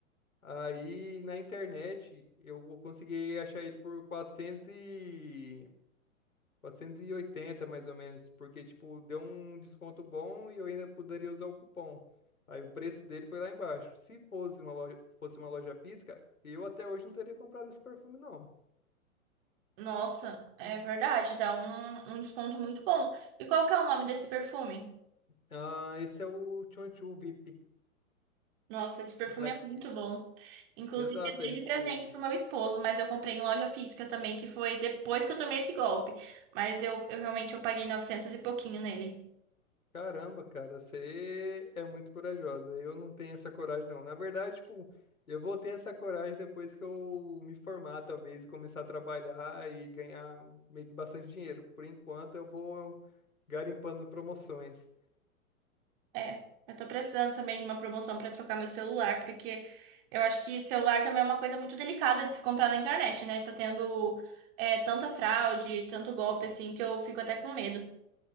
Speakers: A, on the left; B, on the right.
A: Aí na internet eu consegui achar ele por quatrocentos e 480 mais ou menos, porque tipo deu um desconto bom e eu ainda poderia usar o cupom. Aí o preço dele foi lá embaixo. Se fosse uma loja, fosse uma loja física, eu até hoje não teria comprado esse perfume não.
B: Nossa, é verdade, dá um, um desconto muito bom. E qual que é o nome desse perfume?
A: Ah, esse é o Chonchu VIP
B: Nossa, esse perfume
A: Black.
B: é muito bom. Inclusive,
A: Exato,
B: eu dei
A: aí tipo,
B: de presente pro meu esposo, mas eu comprei em loja física também, que foi depois que eu tomei esse golpe. Mas eu, eu realmente eu paguei 900 e pouquinho nele.
A: caramba, cara, você é muito corajosa. Eu não tenho essa coragem, não. Na verdade, tipo, eu vou ter essa coragem depois que eu me formar, talvez, e começar a trabalhar e ganhar meio que bastante dinheiro. Por enquanto, eu vou garimpando promoções.
B: É, eu tô precisando também de uma promoção pra trocar meu celular, porque eu acho que celular também é uma coisa muito delicada de se comprar na internet, né? Tá tendo é, tanta fraude, tanto golpe assim, que eu fico até com medo.